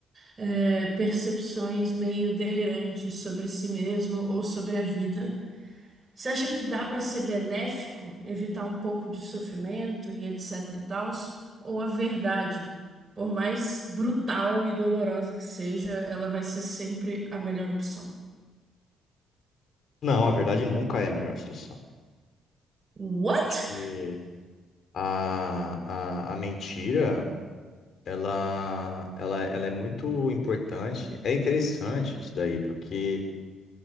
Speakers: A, on the right; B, on the left.
A: é, percepções meio delirantes sobre si mesmo ou sobre a vida. Você acha que dá para ser benéfico, evitar um pouco de sofrimento e etc e tals, ou a verdade, por mais brutal e dolorosa que seja, ela vai ser sempre a melhor opção?
B: Não, a verdade nunca é a melhor solução.
A: What?
B: Acho que a, a, a mentira, ela, ela, ela é muito importante. É interessante isso daí, porque